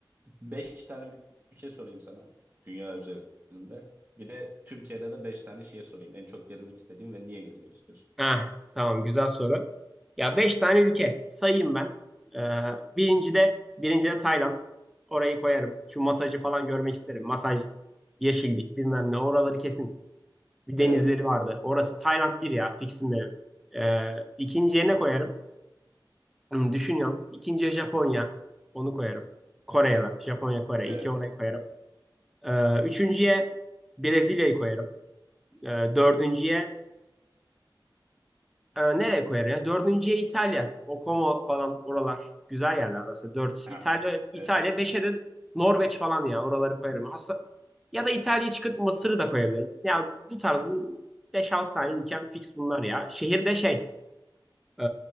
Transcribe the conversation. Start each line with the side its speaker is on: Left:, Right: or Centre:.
Right: Beş tane ülke sorayım sana dünya üzerinde. Bir de Türkiye'de de beş tane şehir sorayım. En çok gezmek istediğin ve niye gezmek istiyorsun?
Centre: Heh, tamam güzel soru. Ya 5 tane ülke sayayım ben. Ee, birinci de birinci de Tayland. Orayı koyarım. Şu masajı falan görmek isterim. Masaj, yeşillik bilmem ne oraları kesin. Bir denizleri
Right: Evet,
Centre: vardı. Orası Tayland bir ya fixim benim. Ee, ikinciye ne koyarım? Hmm, düşünüyorum. İkinciye Japonya. Onu koyarım. Kore'ye de. Japonya, Kore.
Right: evet,
Centre: İki oraya koyarım. Ee, üçüncüye Brezilya'yı koyarım. Ee, dördüncüye e, nereye koyarım ya? Dördüncüye İtalya. O Como falan oralar. Güzel yerler orası. Dört.
Right: haha,
Centre: İtalya, İtalya.
Right: evet.
Centre: Beşe de Norveç falan ya. Oraları koyarım. Hasta... Ya da İtalya'yı çıkıp Mısır'ı da koyabilirim. Ya bu tarz bu beş 6 tane ülkem fix bunlar ya. Şehirde şey. e,